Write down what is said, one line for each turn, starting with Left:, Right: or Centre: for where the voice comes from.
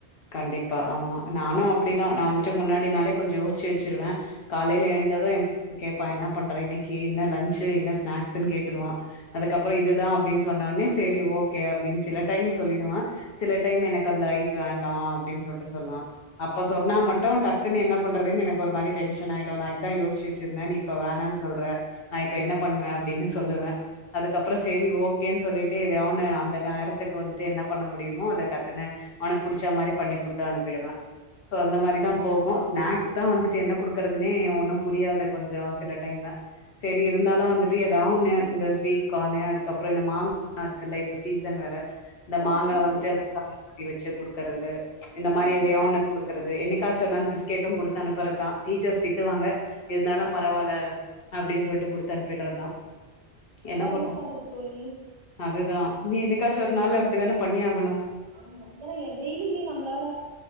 Left: கண்டிப்பா ஆமா நானு அப்பிடிதா நா வந்துட்டு முன்னாடி நாளே கொஞ்ச யோச்சு வச்சுருவே காலைல எழுந்தது எ கேப்பா என்ன பண்ற இன்னைக்கி என்ன லன்ச்சு என்ன ஸ்நாக்ஸுன் கேட்ருவா அதுக்கப்ற இதுதா அப்டின் சொன்னோனெ செரி ஓகே அப்டின் சில டைம் சொல்லிடுவா சில டைம் எனக்கு அந்த ரைஸ் வேண் டா அப்டின் சொல்ட்டு சொல்வா அப்ப சொன்னா மட்டு டக்குன்னு என்ன பண்றதுன் எனக்கு ஒரு மாதிரி டென்ஷன் ஆயிடு நா இதா யோசுச்சு வச்சிருந்தே நீ இப்ப வேணான் சொல்ற நா இப்ப என்ன பண்ணுவே அப்டின்னு சொல்லுவே அதுக்கப்ற சேரி ஓகேன் சொல்லிட்டு எதையா ஒன்ன அந்த நேரத்துக்கு வந்துட்டு என்ன பண்ண முடியுமோ அத டக்குன்னு அவனுக் புடுச்சா மாரி பண்ணி குடுத்து அனுப்பிடுவே ஸோ அந்த மாரி தா போகு ஸ்நாக்ஸ் தா வந்துட்டு என்ன குடுக்குறதுனே ஒன்னு புரியாது கொஞ்சொ சில டைமு சேரி இருந்தாலு வந்துட்டு எதா ஒன்னு இந்த ஸ்வீட் கானு அதுக்கப்ற இந்த மாங்கா இருக்குல்ல இப்ப சீசன் வேற இந்த
Right: ஆமா
Left: மாங்கா
Right: ஆமா
Left: வந்துட்டு
Right: தோழி
Left: <unintelligible> வச்சு க்கறது இந்த மாரி
Right: ஆமா
Left: எதையோ
Right: தோழி
Left: ஒன்னு குடுக்குறது என்னை க்காச்சு ஒரு நாள் பிஸ்கெட்டு குடுத்து அனுப்புறதுதா டீச்சர்ஸ் திட்டுவாங்க இருந்தாலும் பரவால்ல அப்டின் சொல்லிட்டு குடுத்து அனுப்பிட்றதுதா என்ன
Right: வேற
Left: ப
Right: பண்றது தோழி
Left: அதுதா நி‌ என்னை க்காச்சு ஒரு நாள் அப்டிதான பண்ணி ஆகனு
Right: ஆமா ஆனா எ டெய்லியுமே நம்ளால